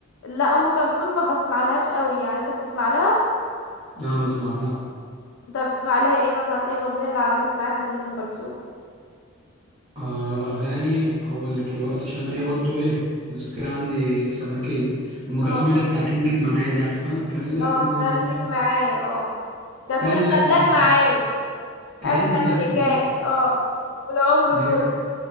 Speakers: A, on the left (about 65°); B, on the right (about 25°).
A: لا ام كلثوم ما بسمع لهاش قوي يعني انت بتسمع لها
B: انا بسمع لها
A: انت بتسمع لها ايه مثلا ايه الاغنيه اللي علمت معاك من ام كلثوم
B: آه اغاني هقول لك الوقت عشان انا ايه برضو ايه الذاكره عندي سمكيه ام
A: اه
B: كلثوم اللي هي بتاع كان لك معايا دي عارفها كان لك
A: اه
B: معايا
A: خليك معايا اه كانت
B: كان
A: لا كانت
B: لك معايا
A: لك معايا اجمل
B: كان لك
A: حكايه
B: معايا
A: اه والعمر
B: دي
A: كله